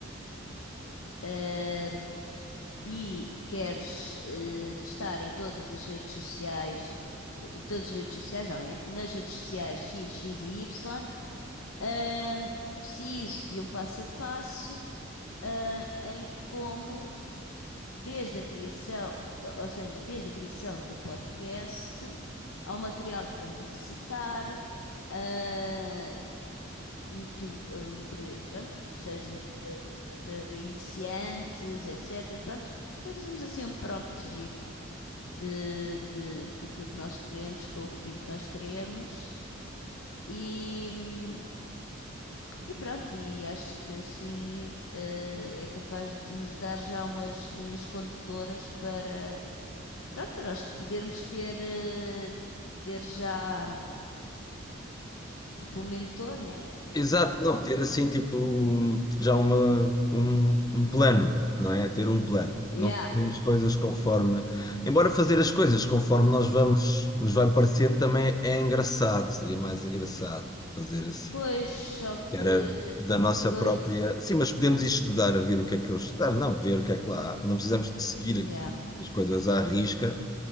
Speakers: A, on the left (about 80°); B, on the left (about 20°).
A: ahm, e queres, eh, estar em todas as redes sociais, em todas as redes sociais, não, é? nas redes sociais X, X e Y, ahm, preciso de um passo a passo ah, em como, desde a criação, ou seja, desde a criação do podcast, ao material que vamos necessitar, ah, do- ah, pre- pronto, que seja para iniciantes, etc. Pronto, fazemos assim um prompt giro de, de, daquilo que nós queremos, com o fim que nós queremos. E, hum, E pronto, e acho que assim eh, é capaz de nos dar já umas linhas condutoras para, pronto, para nós podermos ter, eh, ter já tipo um mentor, né?
B: Exato,
A: Já agora.
B: não, ter assim, tipo, um- já uma, um, um plano, não é? Ter um plano.
A: Yeah.
B: Não fazer as coisas conforme. Embora fazer as coisas conforme nós vamos, nos vai parecendo também é engraçado, seria mais engraçado fazer assim.
A: Pois, só que
B: que era da
A: depois.
B: nossa própria. Sim, mas podemos ir estudar a ver o que é que eles estudar, não, ver o que é que lá há. Não precisamos de seguir
A: Yeah.
B: as coisas à risca,